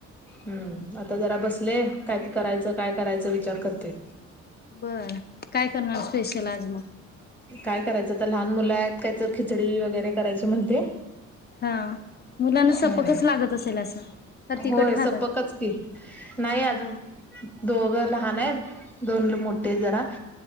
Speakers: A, in the centre; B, on the left.
A: हम्म आता जरा बसले काय तर करायचं काय करायचं? विचार करते.
B: बरं काय करणार स्पेशल आज मग?
A: काय करायचं तर लहान मुलं आहेत काय तर खिचडी वगैरे करायची म्हणते
B: हा मुलांना सपकच
A: हम्म
B: लागत असेल असं. का तिखट
A: होय
B: खातात?
A: सपकच की नाही अजून
B: हा
A: दोघं लहान आहेत. दोन मोठे
B: हा
A: जरा